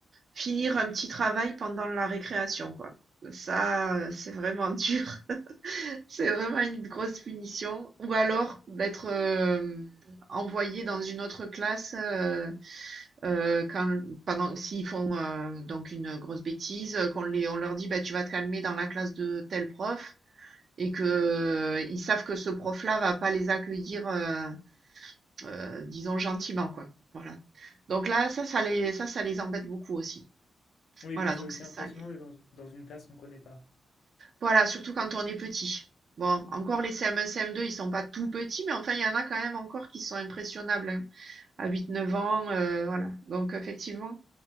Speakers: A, on the right; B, on the left.
A: finir un petit travail pendant la récréation, quoi. Ça, heu, c'est vraiment <laughs> dur. C'est vraiment une grosse punition ou alors d'être, hem, envoyé dans une autre classe, heu heu, quand pendant s'ils font, heu, donc une grosse bêtise, qu'on les on leur dit: «Bah, tu vas te calmer dans la classe de tel prof» et qu'ils savent que ce prof-là va pas les accueillir, heu euh, disons gentiment, quoi. Voilà. Donc là, ça, ça les, ça, ça les embête beaucoup aussi.
B: Oui, et
A: Voilà,
B: puis
A: donc
B: c'est aussi
A: c'est
B: impressionnant
A: ça les.
B: d'être dans, dans une classe qu'on connaît pas.
A: Voilà, surtout quand on est petit. Bon, encore
B: Mm.
A: les CM1, CM2, ils sont pas tout petits, mais enfin, il y en a quand même encore qui sont impressionnables hein, à huit neuf ans, euh, voilà. Donc effectivement,